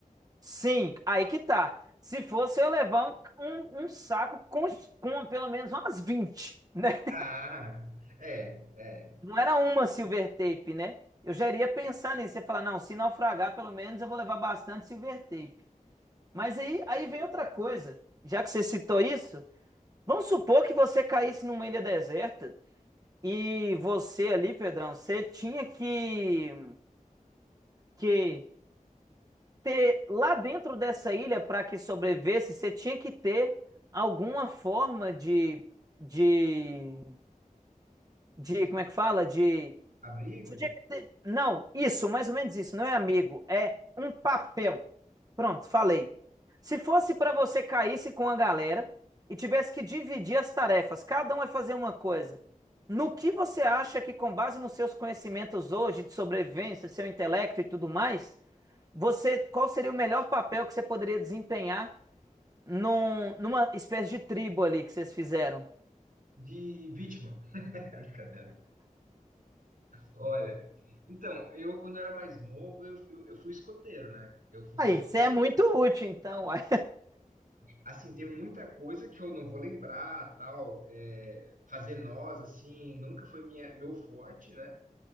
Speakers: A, on the right; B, on the right.
A: Sim, aí que tá. Se fosse eu ia levar um, um, um saco com, com pelo menos umas 20, né?
B: Ah, é, é.
A: Não era uma silver tape, né? Eu já iria pensar nisso e falar, não, se naufragar, pelo menos eu vou levar bastante silver tape. Mas aí, aí vem outra coisa. Já que você citou isso, vamos supor que você caísse numa ilha deserta e você ali, Pedrão, você tinha que, que ter lá dentro dessa ilha para que sobrevivesse, você tinha que ter alguma forma de, de, de,
B: De
A: como é que fala? De
B: abrigo
A: tinha que ter- Não, isso, mais ou menos isso, não é amigo, é um papel. Pronto, falei. Se fosse para você caísse com a galera e tivesse que dividir as tarefas, cada um vai fazer uma coisa. No que você acha que, com base nos seus conhecimentos hoje de sobrevivência, seu intelecto e tudo mais, você, qual seria o melhor papel que você poderia desempenhar num- numa espécie de tribo ali que vocês fizeram?
B: de vítima. <laughs> Brincadeira. Olha, então, eu quando era mais novo, eu fui, eu fui escoteiro, né? Eu fui escoteiro.
A: Aí, você é muito útil, então. uai.
B: Assim, tem muita coisa que eu não vou lembrar, tal, é, fazer nós, assim, nunca foi minha, meu forte, né?